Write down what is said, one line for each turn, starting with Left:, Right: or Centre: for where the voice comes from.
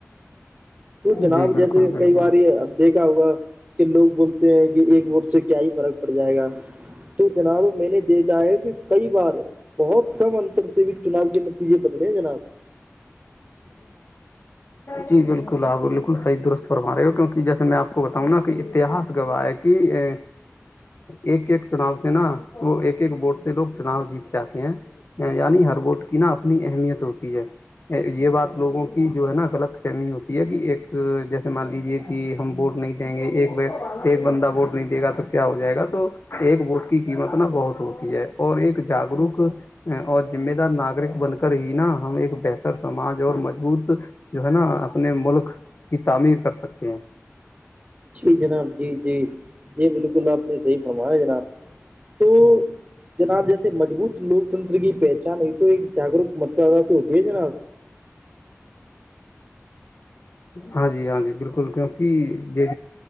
Right: تو جناب
Left: جی بالکل
Right: جیسے
Left: بالکل
Right: کئی بار یہ دیکھا ہوگا کہ لوگ بولتے ہیں کہ ایک ووٹ سے کیا ہی فرق پڑ جائے گا تو جناب میں نے دیکھا ہے کہ کئی بار بہت کم انتر سے بھی چناب کے نتیجے بدلے ہیں جناب
Left: جی بالکل آپ بالکل صحی درست فرم رہے ہو کی جیسے میں آپ کو بتاؤں نا کہ اتہاس گواہ ہے کہ ا ایک ایک چناؤ سے نا وہ ایک ایک ووٹ سے لوگ چناؤ جیتے چاہتے ہیں یعنی ہر ووٹ کی نا اپنی اہمیت ہوتی ہے یہ بات لوگوں کی جو ہے نا غلط فہمی ہوتی ہے کہ ایک جیسے مان لیجے کہ ہم ووٹ نہیں دیں گے ایک ایک بندہ ووٹ نہیں دے گا تو کیا ہو جائے گا تو ایک گوت کی قیمت نا بہت ہوتی ہے اور ایک جاگروک اور ذمہ دار ناگرک بن کر ہی نا ہم ایک بہتر سمج اور مضبوط جو ہے نا اپنے ملک کی تعمیر کر سکتے ہیں
Right: جی جناب جی جی یہ بالکل آپ نے صحیح فرمایا جناب تو جناب جیسے مضبوط لوک تنر کی پہچان ہوئی تو ایک جاگروک متداد سے ہوتی ہے جناب
Left: ہاں جی ہاں جی بالکل کیونکہ جی